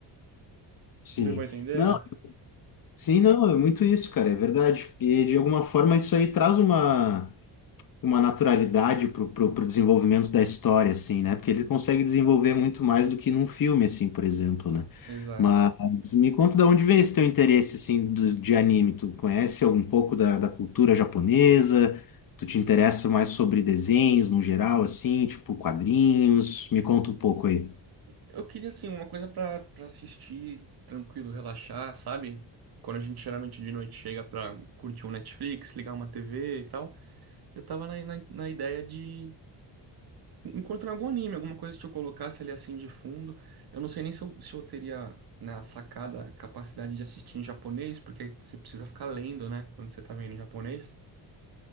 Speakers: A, on the left; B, on the right.
A: Sim.
B: Deu pra entender?
A: Não, sim, não, é muito isso, cara, é verdade. E de alguma forma isso aí traz uma. uma naturalidade pro, pro, pro desenvolvimento da história, assim, né? Porque ele consegue desenvolver muito mais do que num filme, assim, por exemplo, né?
B: Exato.
A: Mas me conta de onde vem esse teu interesse, assim, do, de anime. Tu conhece algum pouco da, da cultura japonesa? Tu te interessa mais sobre desenhos no geral, assim, tipo quadrinhos? Me conta um pouco aí.
B: Eu queria, assim, uma coisa pra, pra assistir tranquilo, relaxar, sabe? Quando a gente geralmente de noite chega pra curtir um Netflix, ligar uma TV e tal, eu tava na, na, na ideia de encontrar algum anime, alguma coisa que eu colocasse ali assim de fundo. Eu não sei nem se eu, se eu teria, né, a sacada, a capacidade de assistir em japonês, porque aí você precisa ficar lendo, né, quando você tá vendo em japonês,